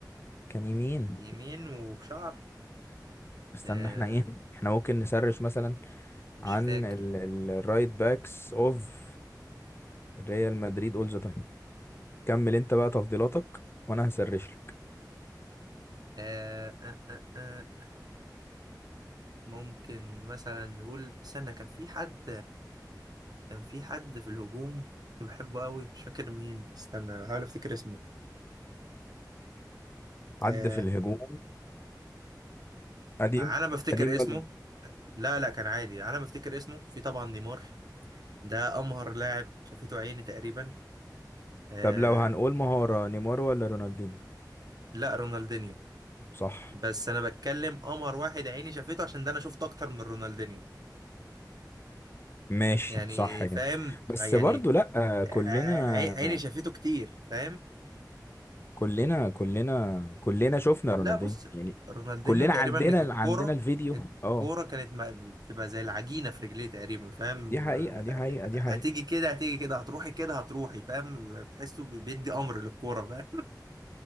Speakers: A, on the left; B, on the right.
A: كان يمين
B: يمين وبشعر
A: استنى
B: آه...
A: احنا ايه احنا ممكن نسرش مثلا
B: مش
A: عن
B: فاكر
A: ال- ال- الرايت باكس اوف ريال مدريد اول ذا تايم كمل انت بقى تفضيلاتك وانا هسرش لك
B: آه... آه... آه... آه. ممكن مثلا نقول استنى كان في حد كان في حد في الهجوم كنت بحبه أوي مش فاكر مين استنى بحاول أفتكر اسمه
A: عد
B: آه...
A: في الهجوم قديم
B: على ما أفتكر
A: قديم
B: اسمه
A: ولا جديد؟
B: لا لا كان عادي على ما افتكر اسمه في طبعا نيمار ده امهر لاعب شافته عيني تقريبا آه
A: طب لو هنقول مهارة نيمار ولا رونالدينيو
B: لا رونالدينيو
A: صح
B: بس انا بتكلم امهر واحد عيني شافته عشان ده انا شفت اكتر من رونالدينيو
A: ماشي
B: يعني
A: صح كده
B: فاهم
A: بس
B: يعني
A: برضو لا
B: ع-
A: كلنا
B: ع- عيني شافته كتير فاهم
A: كلنا كلنا كلنا شفنا
B: لا
A: رونالدينيو
B: بص
A: يعني
B: رونالدينيو
A: كلنا
B: تقريبا
A: عندنا
B: الكوره
A: عندنا الفيديو اه
B: الكوره كانت م- بتبقى زي العجينه في رجليه تقريبا فاهم
A: دي حقيقة
B: آه،
A: دي حقيقة دي حقيقة
B: هتيجي كده هتيجي كده هتروحي كده هتروحي فاهم بتحسه بيدي امر للكوره فاهم